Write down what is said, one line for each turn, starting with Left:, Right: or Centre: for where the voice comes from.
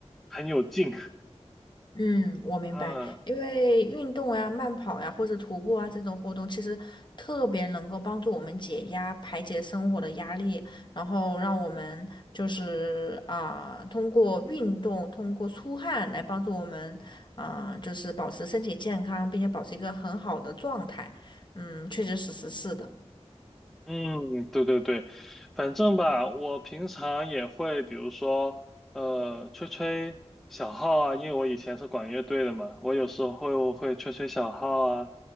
Centre: 很有劲。<laughs>
Left: 嗯，我明白，
Centre: 嗯，
Left: 因为运动呀、慢跑呀，或者徒步啊这种活动，其实特别能够帮助我们解压、排解生活的压力，然后让我们就是啊、通过运动、通过出汗来帮助我们，啊、就是保持身体健康，并且保持一个很好的状态。嗯，确确实实是的。
Centre: 嗯，对对对，反正吧，我平常也会，比如说，呃，吹吹小号啊，因为我以前是管乐队的嘛，我有时候会吹吹小号啊，